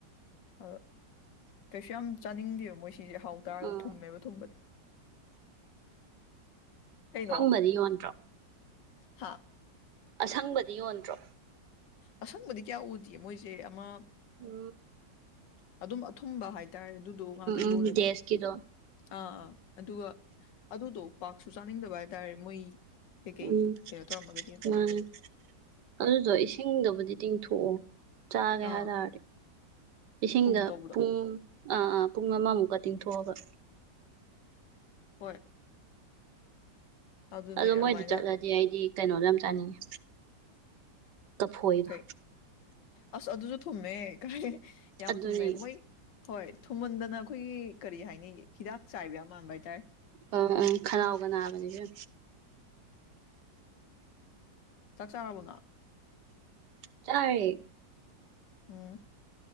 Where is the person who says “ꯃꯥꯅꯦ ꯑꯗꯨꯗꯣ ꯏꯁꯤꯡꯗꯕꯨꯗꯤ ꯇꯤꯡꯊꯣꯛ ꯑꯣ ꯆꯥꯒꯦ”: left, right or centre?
Right